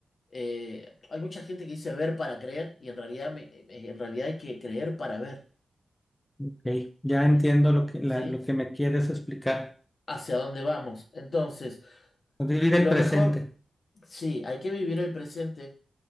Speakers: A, on the left; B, on the left.
A: eh, hay mucha gente que dice ver para creer y en realidad, me- me- en realidad hay que creer para ver,
B: Ok, Ya entiendo
A: eh,
B: lo que, la-
A: ¿sí?
B: lo que me quieres explicar.
A: Hacia dónde vamos. Entonces,
B: Vivir
A: lo
B: el presente.
A: mejor, sí, hay que vivir el presente,